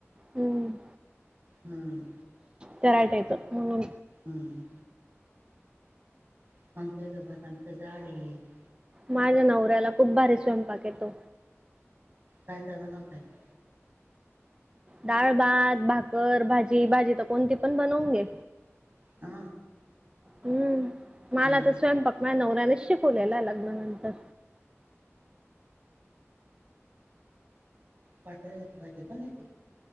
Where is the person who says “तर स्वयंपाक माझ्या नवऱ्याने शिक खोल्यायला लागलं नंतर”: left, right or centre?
Right